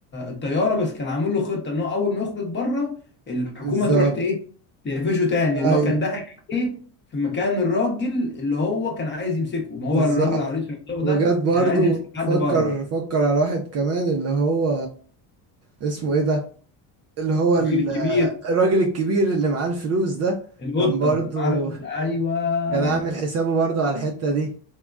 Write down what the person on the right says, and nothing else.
بالظبط
ايوه
بالظبط
وجات
برضو
فكر
فكر على واحد كمان اللي هو اسمه ايه ده اللي هو
ال-
الراجل الكبير اللي معاه الفلوس ده
كان برضو
كان عامل حسابه برضو على الحتة دي